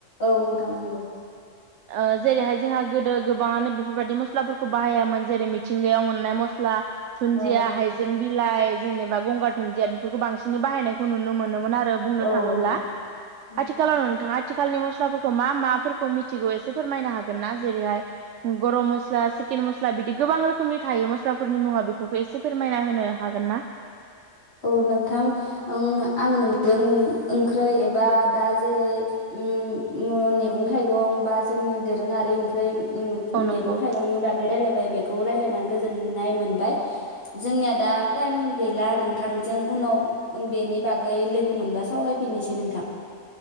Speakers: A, on the left (about 55°); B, on the right (about 70°).
A: औ नोंथां नंगौ
B: ओ जेरैहाय जोंहा गोदो गोबाङानो बेफोरबायदि मस्लाफोरखौ बाहायामोन जेरै मिथिंगायाव मोननाय मस्ला दुन्दिया
A: औ
B: हाइजें बिलाइ जेनेबा गंगार दुुनदिया बेफोरखौ बांसिनै बाहायनायखौ नुनो मोनोमोन आरो बुं
A: औ
B: थाङोब्ला
A: नोंथां उम
B: आथिखालाव नोंथाङा थि आथिखालनि मस्लाफोरखौ मा माफोरखौ मिथिगौ एसे फोरमायनो हागोन ना जेरैहाय गरम मस्ला सिकेन मस्ला बिदि गोबां रोखोमनि थायो मस्लाफोरनि मुङा बेफोरखौ एसे फोरमायना होनो हागोन ना
A: औ नोंथां उम आं नोंजों ओंख्रै एबा दा जेरै उम मैगं थाइगं बा जोंनि दोरोङारि ओंख्रै उम
B: औ
A: मैगं
B: नंगौ
A: थाइगंनि बागै रायलाय बेखौ रायज्लायनानै गोजोननाय मोनबाय जोंनिया दा टाइम गैला नोंथांजों उनाव बेनि बागै लोगो मोनबा सावरायफिननोसै नोंथां